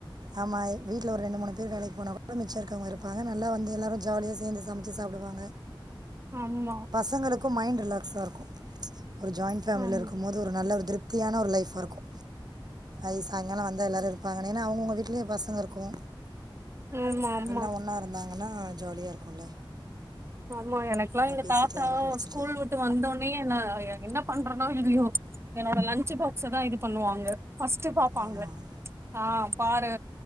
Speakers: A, on the right (about 50°); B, on the right (about 30°).
A: ஆமா எ வீட்ல ஒர் ரெண்டு மூணு பேர் வேலைக்கு போனா கூட மிச்ச இருக்கவங்க இருப்பாங்க நல்லா வந்து எல்லாரு ஜாலியா சேந்து ஸ் சமைச்சு சாப்டுவாங்க.
B: ஆமா.
A: பசங்களுக்கும் மைண்ட் ரிலாக்ஸா இருக்கு ஒரு ஜாயின் ஃபேமில்ல
B: ஆமா
A: இருக்கும்போது ஒரு நல்ல ஒரு திருப் த்தியான ஒரு லைஃபாருக்கு. ஐ சாயங்காலோ வந்தா எல்லாரு இருப்பாங்களேனு அவுங்கவுங்க வீட்லியு பசங்க இருக்கு.
B: ஆமா ஆமா
A: எல்லா ஒன்னா இருந்தாங்கன்னா ஜாலியா இருக்குல்ல.
B: ஆமா எனக்லா எங்க
A: பேசிட்டு
B: தாத்தா
A: அரட்டை அடிச்சிட்டு
B: ஸ்கூல் உ ட்டு வந்தொன்னே என்ன எ என்ன பண்றனோ இல்லியோ என்னோட லன்ச்சு பாக்ஸ்தா இது பண்ணுவாங்க. ஃபஸ்ட்டு பாப்பாங்க.
A: ஆமாம்
B: ஆ பாரு